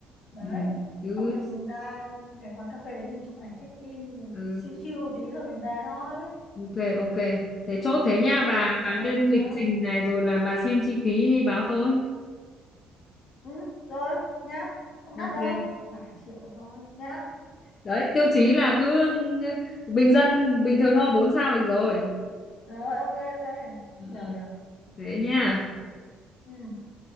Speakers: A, on the left; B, on the left.
A: đấy
B: Ừ, cứ,
A: xong mình ra cái quán cà phê đấy mình chụp ảnh check in rồi
B: ừ,
A: chill chill tí rồi mình về thôi
B: ok, ok, thế chốt thế nhá, bà
A: ok
B: bà lên
A: chết
B: lịch trình này rồi là bà xem chi phí đi báo tôi.
A: ừ, rồi nhá không
B: Ok,
A: đắt đâu vài triệu thôi nhá
B: đấy, tiêu chí là cứ ừ, bình dân, bình thường thôi, 4 sao được rồi.
A: rồi ok ok
B: Ừ.
A: hiểu
B: ừ.
A: hiểu
B: thế nha
A: ừ